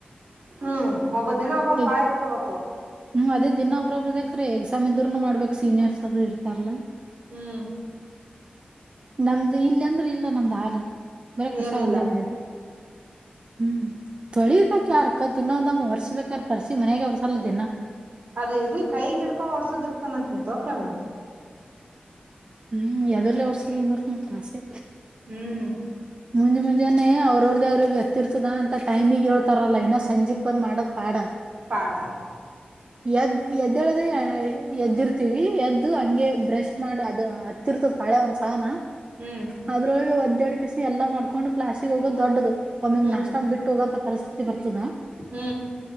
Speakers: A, on the right; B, on the right.
A: ಹ್ಮ್ ಒಬ್ಬ ದಿನ ಒಬ್ಬರು
B: ಎಗ್
A: ಪಾಳೆ ಇಟ್ಕೋಬೇಕು
B: ಹ್ಮ್ ಅದೇ ದಿನ ಒಬ್ಬರೊಬ್ಬರ ಖರೆ ಎಕ್ಸಾಮ್ ಇದ್ರುನು ಮಾಡ್ಬೇಕ ಸೀನಿಯರ್ಸ್ ಅದು ಇರ್ತಾರಲ್ಲ
A: ಹ್ಮ್
B: ನಮ್ದು ಇಲ್ಲ ಅಂದ್ರೆ ಇಲ್ಲ ನಮ್ದು ಹಾಲ ಬರೇ ಕಸ
A: ಏನಿಲ್ಲ
B: ಒಂದ ಹೊಡಿಯೋದು ಹ್ಮ್ ತೊಳಿಬೇಕ್ ಯಾರ ಅಕ್ಕ ದಿನವೊಂದನ್ನು ಒರೆಸಬೇಕಾರ ಪರ್ಷಿ ಮನ್ಯಾಗ ಒರುಸಲ ದಿನಾ
A: ಅದ ಇದು ಕೈ ಹಿಡುಕೊಂಡು ವರ್ಸದ್ ಇರ್ತಾನಂತ ತೊಕ್ರಮ
B: ಹ್ಮ್ ಯದ್ರಲ್ಲೇ ವರ್ಸದ ಅಂದ್ರರುಮ ತಾಸೆ
A: ಹ್ಮ್
B: ಮುಂಜೆ ಮುಂಜಾನೆ ಅವ್ರ ಅವ್ರ್ದ ಅವ್ರಿಗೆ ಗತ್ತಿರ್ತದ ಅಂತ ಟೈಮಿಗ್ ಹೇಳ್ತಾರಲ್ಲ ಇನ್ನು ಸಂಜೆಕ್ ಬಂದ್ ಮಾಡದ್ ಪಾಡ್
A: ಪಾಡ
B: ಎದ್ದ್ ಎದ್ದೇಳದ ಎದ್ದಿರ್ತಿ ವಿ ಎದ್ದ ಹಂಗೆ ಬ್ರಷ್ ಮಾಡಿ ಅದು ಹತ್ತಿರ್ತದ ಪಾಳೆ ಒಂದ್ ಸಾವನ್ನ
A: ಹ್ಮ್
B: ಅದ್ರೊಳಗೆ ಒದ್ದಾಡಿ ಕಸಿ ಎಲ್ಲಾ ಮಾಡ್ಕೊಂಡು ಕ್ಲಾಸಿಗೆ ಹೋಗೋ ದೊಡ್ಡದು ಒಮ್ಮೊಮ್ಮೆ
A: ಹ್ಮ್
B: ನಾಷ್ಟ ಬಿಟ್ಟು ಹೋಗಂತ ಪರಿಸ್ಥಿತಿ ಬರ್ತದಾ
A: ಹ್ಮ್